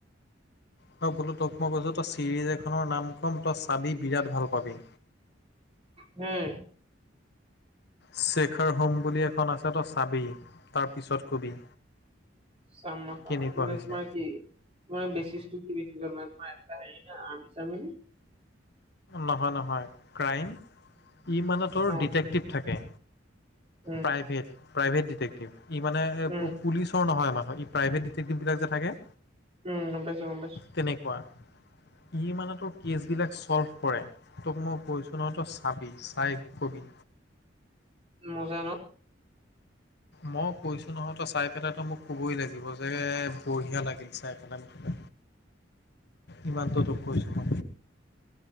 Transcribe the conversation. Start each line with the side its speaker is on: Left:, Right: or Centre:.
Left: তই বোলো তোক মই কৈছো তই চিৰিজ এখনৰ নাম ক'ম তই চাবি বিৰাট ভাল পাবি।
Right: হম,
Left: শেখাৰ হোম বুলি এখন আছে তো চাবি তাৰ পিছত কবি।
Right: চামনাখা
Left: কেনেকুৱা
Right: মেক
Left: হৈছে।
Right: মাই কি? নহয় বেচিচ টো কি আছিলে, মানে তোমাৰ এটা হেৰি না আৰ্মি চাৰ্মি নে?
Left: নহয়-নহয় ক্ৰাইম ই মানে তোৰ
Right: অ',
Left: ডিটেক্টিভ থাকে।
Right: উম,
Left: প্ৰাইভেট-প্ৰাইভেট ডিটেকটিভ ই মানে
Right: উম,
Left: পুলিচ নহয় ম প্ৰভেটেটভ বিলাক যে থাকে,
Right: উম, গম পাইছো, গম পাইছো।
Left: তেনেকুৱা, ই মানে তোৰ কেচবিলাক চ'ল্ভ কৰে তোক মই কৈছো নহয় চাবি চাই কবি।
Right: মজা ন,
Left: মই কৈছো নহয় তো চাই পেলাইটো মোক কবই লাগিব যে বঢ়িয়া লাগিল চাই পেলাই মোঠতে। ইমানটো তোক কৰিছো মই।